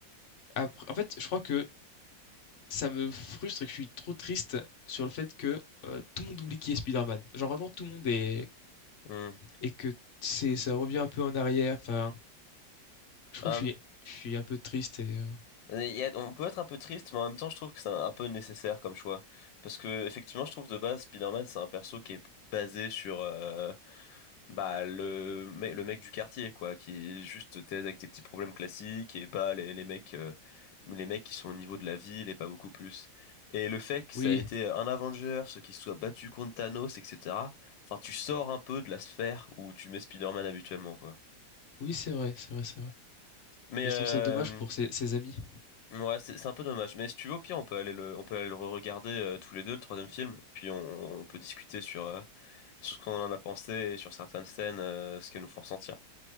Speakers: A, on the left; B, on the left.
A: après, en fait, je crois que ça me frustre et que je suis trop triste sur le fait que euh, tout le monde oublie qui est Spider-Man. Genre vraiment, tout le monde est
B: Hmm.
A: et que c'est ça revient un peu en arrière. Enfin, je crois
B: Hum,
A: que je suis, je suis un peu triste et euh,
B: il y a- on peut être un peu triste, mais en même temps, je trouve que c'est un, un peu nécessaire comme choix. Parce que, effectivement, je trouve de base, Spider-Man, c'est un perso qui est basé sur euh, bah, le, me- le mec du quartier, quoi, qui juste t'aide avec tes petits problèmes classiques et bah, les, les mecs, euh, les mecs qui sont au niveau de la ville et pas beaucoup plus. Et le fait que ça
A: oui,
B: a été un Avengers qui se soit battu contre Thanos, etc. Enfin, tu sors un peu de la sphère où tu mets Spider-Man habituellement, quoi.
A: oui, c'est vrai, c'est vrai, c'est vrai.
B: Mais
A: Et
B: euh,
A: je trouve ça dommage pour ses, ses amis.
B: ouais, c'est c'est un peu dommage. Mais si tu veux, au pire, on peut aller le, on peut aller le re-regarder euh, tous les deux, le troisième film. Puis on, on peut discuter sur, euh, sur ce qu'on en a pensé et sur certaines scènes, euh, ce qu'elles nous font ressentir.